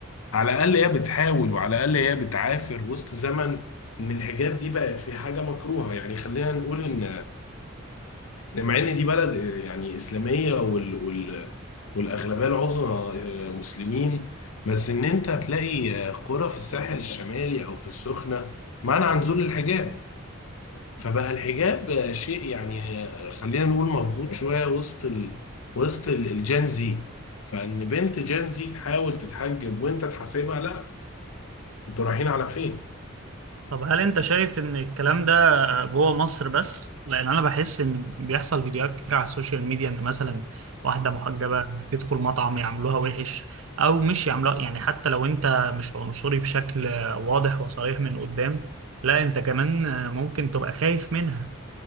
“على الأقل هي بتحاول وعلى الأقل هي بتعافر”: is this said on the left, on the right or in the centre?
Left